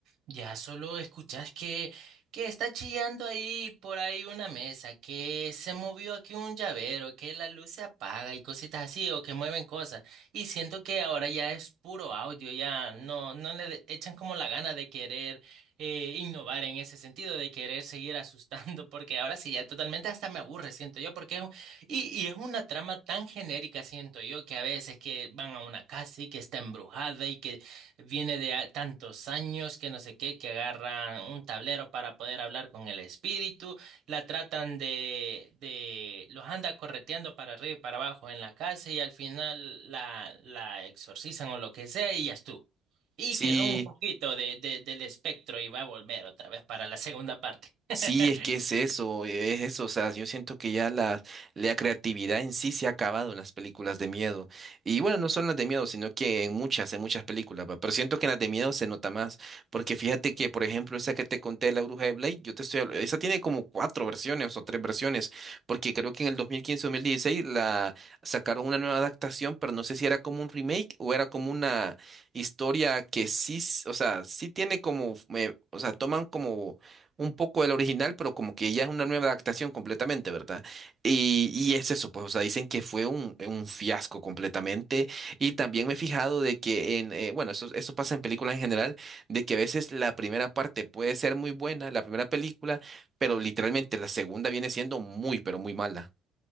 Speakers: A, on the right; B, on the right.
A: ya solo escuchas que, que está chillando ahí por ahí una mesa, que se movió aquí un llavero, que la luz se apaga y cositas así, o que mueven cosas. Y siento que ahora ya es puro audio, ya no, no le echan como la gana de querer eh, innovar en ese sentido de querer seguir asustando, porque ahora sí ya totalmente hasta me aburre, siento yo, porque es un- y, y es una trama tan genérica, siento yo, que a veces que van a una casa y que está embrujada y que viene de a- tantos años, que no sé qué, que agarran un tablero para poder hablar con el espíritu, la tratan de, de, los anda correteando para arriba y para abajo en la casa y al final la, la exorcizan o lo que sea y ya estuvo. Y
B: Sí,
A: quedó un poquito de, de- del espectro y va a volver otra vez para la segunda parte. <laughs>
B: Sí, es que es eso, eh, es eso, o sea, yo siento que ya la, la creatividad en sí se ha acabado en las películas de miedo. Y bueno, no son las de miedo, sino que en muchas, en muchas películas, va, pero siento que en las de miedo se nota más, porque fíjate que, por ejemplo, esa que te conté, La Bruja de Blake, yo te estoy, habl- esa tiene como cuatro versiones o tres versiones, porque creo que en el dos dos mil quince mil dieciséis la sacaron una nueva adaptación, pero no sé si era como un remake o era como una historia que sí, s- o sea, sí tiene como, eh, o sea, toman como un poco del original, pero como que ya es una nueva adaptación completamente, ¿verdad? Y, y es eso, pues, o sea, dicen que fue un, un fiasco completamente. Y también me he fijado de que en, eh, bueno, eso, eso pasa en películas en general, de que a veces la primera parte puede ser muy buena, la primera película, pero literalmente la segunda viene siendo muy, pero muy mala.